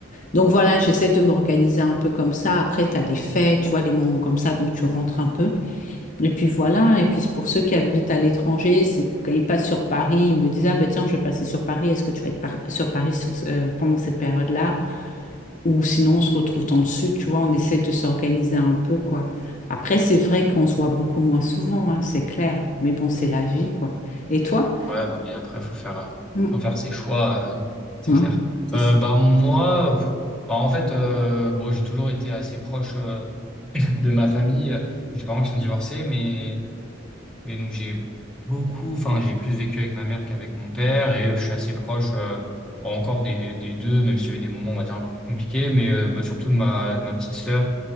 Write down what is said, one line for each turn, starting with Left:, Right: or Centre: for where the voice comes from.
Left: Donc voilà, j'essaie de m'organiser un peu comme ça. Après, tu as les fêtes, tu vois, les moments comme ça. Donc tu rentres un peu. Et puis voilà, et puis pour ceux qui habitent à l'étranger, c'est quand ils passent sur Paris, ils me disent, ah ben tiens, je vais passer sur Paris, est-ce que tu vas être par- sur Paris sur ce- euh, pendant cette période-là? Ou sinon, on se retrouve dans le sud, tu vois, on essaie de s'organiser un peu, quoi. Après, c'est vrai qu'on se voit beaucoup moins souvent, hein, c'est clair, mais bon, c'est la vie, quoi. Et toi?
Centre: Ouais, bah, et après faut faire euh,
Left: Mm.
Centre: faut faire ses choix, euh, c'est
Left: Hein,
Centre: clair.
Left: c'est
Centre: Euh,
Left: ça.
Centre: bah moi, bah en fait, euh, bon, j'ai toujours été assez proche. de ma famille. euh, J'ai des parents qui sont divorcés, mais, mais donc j'ai beaucoup, enfin, j'ai plus vécu avec ma mère qu'avec mon père et je suis assez proche, euh, bon, encore des, des deux, même s'il y a eu des moments, on va dire, un peu plus compliqués, mais euh, bah, surtout de ma, de ma petite sœur,